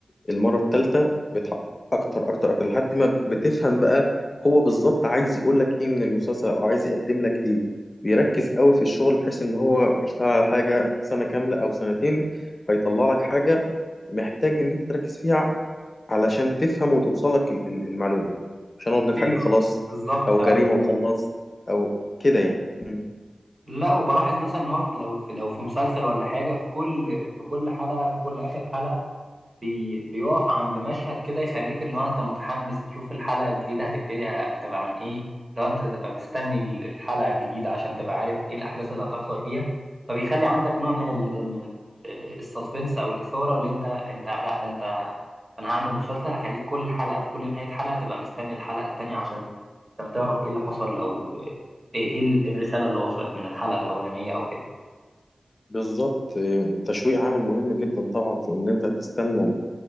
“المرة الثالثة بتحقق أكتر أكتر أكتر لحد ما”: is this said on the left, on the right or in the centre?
Left